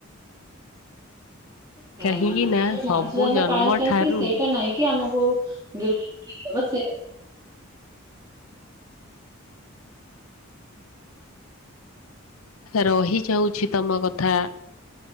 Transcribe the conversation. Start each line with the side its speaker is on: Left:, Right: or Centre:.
Right: ସେ
Left: କାହିଁକି
Right: ମାନେ
Left: ନା
Right: ଆମେ
Left: ସବୁ
Right: ମଣିଷ ଜନ୍ମ ପାଇଛନ୍ତି
Left: ଠାରୁ
Right: ସେଇଟା ନାଇଁ। କି ଆମକୁ ଗିପ୍ଟ ଦବ ସେ
Left: ରହିଯାଉଛି ତମ କଥା।